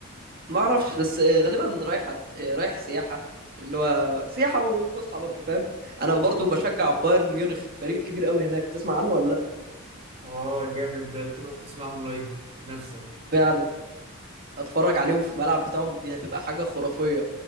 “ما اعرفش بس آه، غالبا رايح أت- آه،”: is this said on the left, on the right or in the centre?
Right